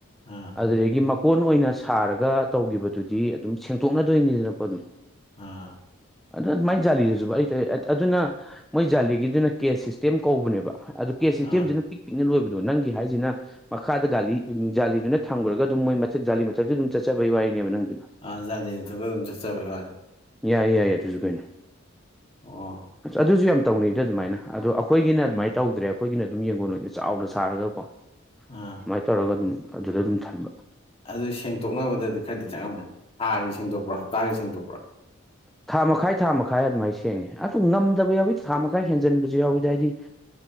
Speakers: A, on the left (about 30°); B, in the centre.
A: ꯑꯥ
B: ꯑꯗꯨꯗꯒꯤ ꯀꯣꯟ ꯑꯣꯏꯅ ꯁꯥꯔꯒ ꯇꯧꯒꯤꯕꯗꯨꯗꯤ ꯑꯗꯨꯝ ꯁꯦꯡꯇꯣꯛꯅꯗꯣꯏꯅꯤꯗꯅꯀꯣ ꯑꯗꯨꯝ
A: ꯑꯥ
B: ꯑꯗꯨ ꯑꯗꯨꯃꯥꯏ ꯖꯥꯂꯤꯗꯨꯖꯨꯕ ꯑꯩ ꯑꯗꯨꯅ ꯃꯣꯏ ꯖꯥꯂꯤꯒꯤꯗꯨꯅ ꯀꯦꯁ ꯁꯤꯁꯇꯦꯝ ꯀꯧꯕꯅꯦꯕ ꯑꯗꯨ
A: ꯑꯥ
B: ꯁꯤꯁꯇꯦꯝꯖꯤꯅ ꯄꯤꯛ ꯄꯤꯛꯅ ꯂꯣꯏꯕꯗꯣ ꯅꯪꯒꯤ ꯍꯥꯏꯖꯤꯅ ꯃꯈꯥꯗ ꯒꯥꯂꯤ ꯖꯥꯂꯤꯗꯨꯅ ꯊꯝꯒ꯭ꯔꯒ ꯑꯗꯨꯝ ꯃꯣꯏ ꯃꯊꯛ ꯖꯥꯂꯤ ꯃꯊꯛꯇ ꯑꯗꯨꯝ ꯆꯠꯆꯕꯩ ꯋꯥꯔꯤꯅꯦꯕ ꯅꯪꯗꯨ
A: ꯑꯥ ꯖꯥꯂꯤ ꯃꯊꯛꯇ ꯑꯗꯨꯝ ꯆꯠꯆꯕꯩ ꯋꯥꯅꯤ
B: ꯌꯥꯏ ꯌꯥꯏ ꯑꯗꯨꯖꯨ ꯀꯩꯅꯣ
A: ꯑꯣ
B: ꯑꯗꯨꯖꯨ ꯌꯥꯝ ꯇꯧꯅꯩꯗ ꯑꯗꯨꯃꯥꯏꯅ ꯑꯗꯣ ꯑꯈꯣꯏꯒꯤꯅ ꯑꯗꯨꯃꯥꯏꯅ ꯇꯧꯗ꯭ꯔꯦ ꯑꯈꯣꯏꯒꯤꯅ ꯑꯗꯨꯝ ꯌꯦꯡꯒꯣꯟ ꯑꯣꯏꯅ ꯆꯥꯎꯅ ꯁꯥꯔꯒꯀꯣ
A: ꯑꯥ
B: ꯑꯗꯨꯃꯥꯏ ꯇꯧꯔꯒ ꯑꯗꯨꯝ ꯑꯗꯨꯗ ꯑꯗꯨꯝ ꯊꯝꯕ
A: ꯑꯗꯨ ꯁꯦꯡꯇꯣꯛꯅꯕꯗꯗꯤ ꯈꯔꯗꯤ ꯆꯪꯉꯝꯃꯅꯤ ꯊꯥꯒꯤ ꯁꯦꯡꯗꯣꯛꯄ꯭ꯔꯥ ꯍꯞꯇꯥꯒꯤ ꯁꯦꯡꯗꯣꯛꯄ꯭ꯔꯥ
B: ꯊꯥ ꯃꯈꯥꯏ ꯊꯥ ꯃꯈꯥꯏ ꯑꯗꯨꯃꯥꯏꯟ ꯁꯦꯡꯉꯤ ꯑꯗꯨ ꯉꯝꯗꯕ ꯌꯥꯎꯋꯤ ꯊꯥ ꯃꯈꯥꯏ ꯍꯦꯟꯖꯟꯕꯖꯨ ꯌꯥꯎꯋꯤꯗ ꯍꯥꯏꯗꯤ